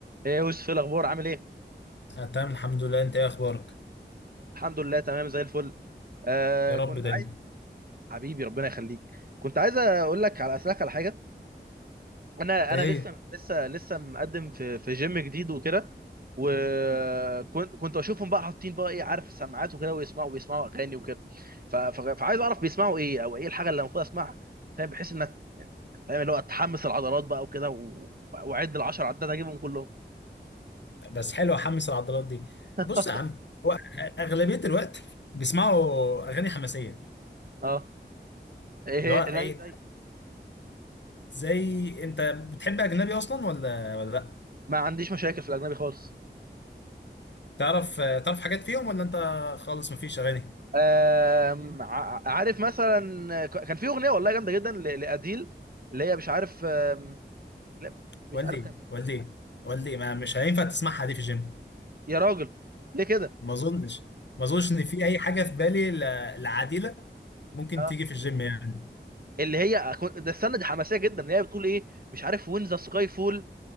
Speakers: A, on the right; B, on the left.
A: ايه يا يوسف ايه الاخبار عامل ايه
B: أنا تمام الحمد لله انت ايه اخبارك
A: الحمد لله تمام زي الفل آه
B: يا رب
A: كنت
B: دايما
A: عايز حبيبي ربنا يخليك كنت عايز اقول لك على اسالك على حاجه انا
B: ايه
A: انا لسه لسه لسه مقدم في في جيم جديد وكده وكنت كنت اشوفهم بقى حاطين بقى ايه عارف سماعات وكده ويسمعوا بيسمعوا اغاني وكده ف- ف- فعايز اعرف بيسمعوا ايه او ايه الحاجه اللي المفروض اسمعها فاهم بحيث انك فاهم اللي هو تحمس العضلات بقى وكده و- واعد العشر عدات اجيبهم كلهم
B: بس حلو احمس العضلات دي
A: <laughs>
B: بص يا عم هو اغلبيه الوقت بيسمعوا اغاني حماسيه
A: اه ايه
B: اللي هو
A: إيه، زي
B: ايه
A: زي
B: زي انت بتحب اجنبي اصلا ولا ولا لا
A: ما عنديش مشاكل في الاجنبي خالص
B: تعرف تعرف حاجات فيهم ولا انت خالص مفيش اغاني
A: آم، ع- عارف مثلا ك- كان في اغنيه والله جامده جدا ل- لاديل اللي هي مش عارف آم، لا مش
B: والدي
A: عارف كان بيقول
B: والدي والدي ما مش هينفع تسمعها دي في الجيم
A: يا راجل ليه كده
B: ما اظنش ما اظنش ان في اي حاجه في بالي ل- العادله ممكن
A: اه
B: تيجي في الجيم يعني
A: اللي هي أكون- ده استنى دي حماسيه جدا اللي هي بتقول ايه مش عارف وين ذا سكاي فول